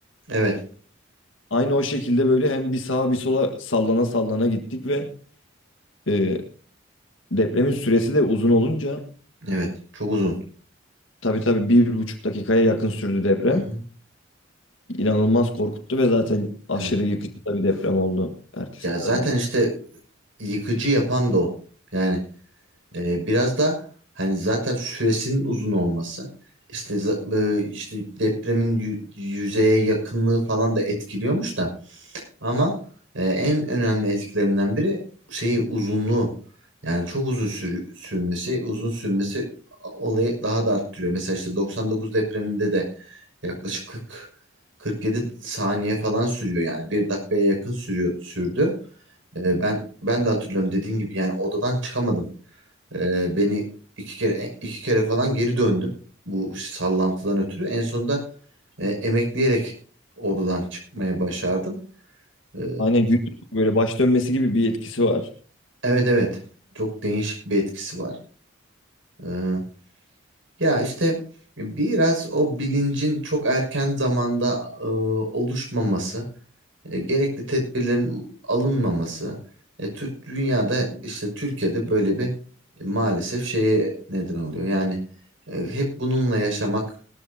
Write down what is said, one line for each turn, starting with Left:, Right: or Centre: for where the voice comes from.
Right: Evet.
Left: Aynı o şekilde böyle hem bir sağa bir sola sallana sallana gittik ve e, depremin süresi de uzun olunca
Right: Evet. Çok uzun.
Left: tabii tabii bir buçuk dakikaya yakın sürdü deprem.
Right: Hı hı.
Left: İnanılmaz korkuttu ve zaten aşırı
Right: Evet.
Left: yıkıcı da bir deprem oldu. Herkes
Right: Ya zaten
Left: öldü.
Right: işte yıkıcı yapan da o. Yani e, biraz da hani zaten süresinin uzun olması işte za- e, işte depremin yü- yüzeye yakınlığı falan da etkiliyormuş da Ama e, en önemli etkilerinden biri şeyi uzunluğu. Yani çok uzun sür- sürmesi, uzun sürmesi olayı daha da arttırıyor. Mesela işte 99 depreminde de yaklaşık 40 47 saniye falan sürüyor yani. Bir dakikaya yakın sürüyor sürdü. E, ben ben de hatırlıyorum dediğin gibi yani odadan çıkamadım. E, beni iki kere iki kere falan geri döndüm bu sallantıdan ötürü. En sonunda e, emekleyerek odadan çıkmaya başardım. E,
Left: Aynen yüz böyle baş dönmesi gibi bir etkisi var.
Right: Evet evet. Çok değişik bir etkisi var. Ee, ya işte biraz o bilincin çok erken zamanda e, oluşmaması, e, gerekli tedbirlerin alınmaması, e, Tür- dünyada işte Türkiye'de böyle bir e, maalesef şeye neden oluyor. Yani e, hep bununla yaşamak